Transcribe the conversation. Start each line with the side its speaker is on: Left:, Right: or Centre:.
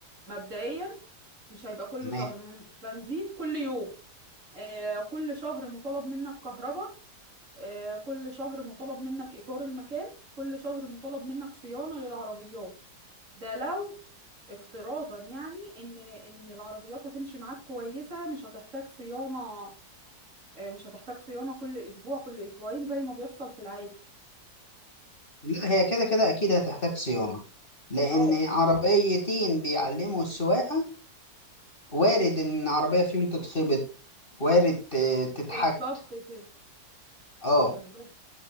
Right: مبدئيا مش هيبقى كل
Left: تمام
Right: شهر م- بنزين كل يوم آه كل شهر مطالب منك كهرباء آه، كل شهر مطالب منك إيجار المكان كل شهر مطالب منك صيانة للعربيات ده لو افتراضا يعني إن إن العربيات هتمشي معاك كويسة مش هتحتاج صيانة آه، مش هتحتاج صيانة كل أسبوع كل أسبوعين زي ما بيحصل في العادي
Left: لا هي كده كده اكيد هتحتاج صيانة لان
Right: اه
Left: عربيتين بيعلموا السواقة وارد ان عربية فيهم تتخبط وارد ت- تتحك
Right: بالظبط كده
Left: اه
Right: بالظبط